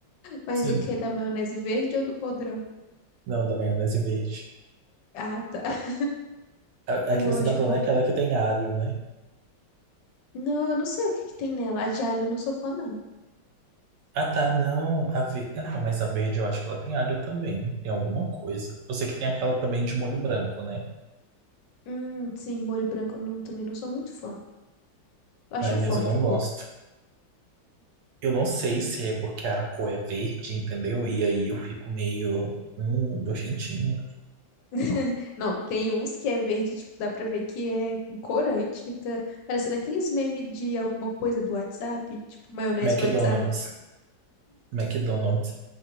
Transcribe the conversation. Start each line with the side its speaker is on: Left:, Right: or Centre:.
Left: Mas
Right: Sim,
Left: o que? Da maionese verde ou do podrão?
Right: não, da maionese verde.
Left: Ah, tá. <laughs>
Right: A,
Left: Ah,
Right: a que
Left: eu
Right: você
Left: acho
Right: tá falando
Left: bom.
Right: é aquela que tem alho, né?
Left: Não, eu não sei o que que tem nela. A de alho eu não sou fã, não.
Right: Ah, tá, não. A ver... Não, mas a verde eu acho que ela tem alho também. Tem alguma coisa. Eu sei que tem aquela também de molho branco, né?
Left: Hum, sim, molho branco eu não, também não sou muito fã. Eu acho
Right: Ai, mas
Left: forte
Right: eu não
Left: o
Right: gosto.
Left: gosto.
Right: Eu não sei se é porque a cor é verde, entendeu? E aí eu fico meio. Hum, nojentinho.
Left: <laughs> Não, tem uns que é verde, tipo, dá pra ver que é com corante. Fica parecendo aqueles memes de alguma coisa do WhatsApp, tipo, maionese
Right: McDonald's.
Left: do WhatsApp.
Right: McDonald's.